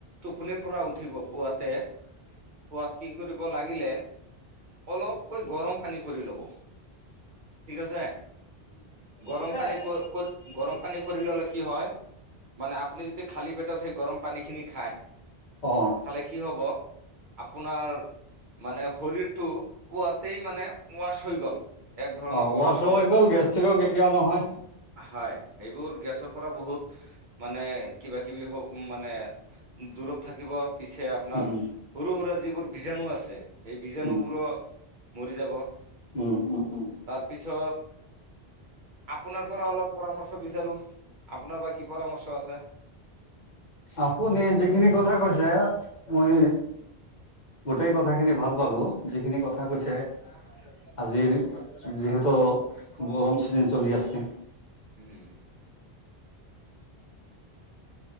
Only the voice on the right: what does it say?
টোপনিৰ পৰা উঠিব পুৱাতে পোৱাত কি কৰিব লাগিলে অলপকৈ গৰম পানী কৰি ল'ব ঠিক আছে গৰম পানী
কৰি গৰম পানী কৰি ললে কি হয় মানে আপুনি যদি খালী পেটত সেই গৰম পানী খিনি খায়
খালে কি হব। আপোনাৰ মানে শৰীৰটো পোৱাতেই মানে ৱাচ হৈ গ'ল। এক ধৰণৰ
ৱাছ হৈ যাব
হয়। সেইবোৰ গেছৰ পৰা বহুত মানে কিবা-কিবি মানে দূৰত থাকিব। পিছে আপোনাৰ
সৰু সুৰা যিবোৰ বীজাণু আছে। সেই বীজাণুবোৰো
মৰি যাব।
তাৰপিছত আপোনাৰ পৰা অলপ পৰামৰ্শ বিচাৰো আপোনাৰ বা কি পৰামৰ্শ আছে।
উম,